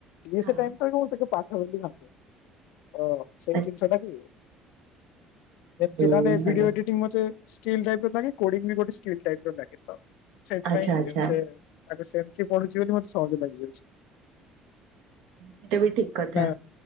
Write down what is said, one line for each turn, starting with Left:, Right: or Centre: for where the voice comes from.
Left: ଡ଼ିଏସ
Right: ହଁ
Left: ଟାଇମଟା କୁ ସେଠୁ ପାଠ ବୋଲି ଭାବେ ଅ ସେଇ
Right: ଆଚ୍ଛା
Left: ଜିନିଷ ଟା ବି ହୁଏ। ଯେମତି
Right: ହୁଁ
Left: ମାନେ
Right: ଭଲ
Left: ଭିଡିଓ ଏଡିଟିଂ ମତେ ସ୍କିଲ୍ ଟାଇପ ର ଲାଗେ କୋଡିଙ୍ଗ ବି ଗୋଟେ ସ୍କିଲ୍ ଟାଇପ ର ଲାଗେ ତ ସେଇଥିପାଇଁ
Right: ଆଚ୍ଛା ଆଚ୍ଛା
Left: ଏତେ ତାକୁ ସେମତି ପଢୁଛି ବୋଲି ମତେ ସହଜ ଲାଗିଯାଉଛି।
Right: ହେଟା ବି ଠିକ କଥା।
Left: ନା